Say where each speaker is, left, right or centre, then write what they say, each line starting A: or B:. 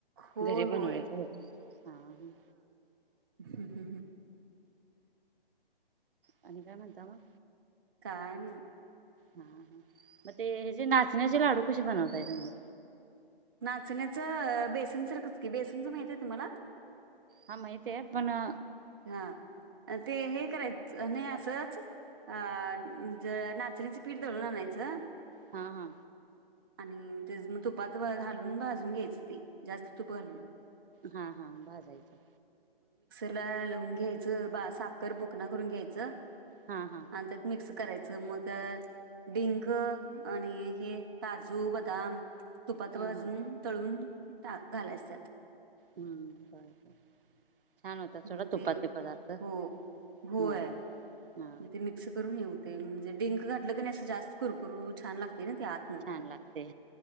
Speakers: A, on the right; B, on the right.
A: होय
B: घरी
A: होय
B: बनवायचं होत नाही हां.
A: हम हम हम
B: आणि काय म्हणता म?
A: काय नाही.
B: हा हा मग ते ह जे नाचण्याचे लाडू कसे बनवताय तुम्ही?
A: नाचण्याचं, बेसन सारखंच की बेसनच माहित आहे तुम्हाला?
B: हा माहितेय पण अ.
A: हा ते हे करायचं नाही, असच अ म्हणज नाचणीचं पीठ दळून आणायचं,
B: हा हा
A: आणि तेच मग तुपात घालून भाजून घ्यायचं ती, जास्त तुप घालून.
B: हा हा भाजायचं.
A: त्याला <inaudible> घ्यायचं बा साकर बुकना करून घ्यायचं
B: हा हा
A: आण त्यातं मिक्स क करायचं, मग त्या डिंक आणि हे काजू, बदाम तुपात
B: हम्म
A: भाजून,
B: हम्म
A: तळून टा घालायचं त्यात.
B: हम्म बरबर. छान होतात
A: मग
B: सोडा तुपातले
A: ते
B: पदार्थ.
A: हो होय
B: हो. हा
A: ते मिक्स करून हे होतंय म्हणजे डिंक घातलं क नाही असं, जास्त कुरुकुरु छान लाग त ना ते आतन,
B: छान लागते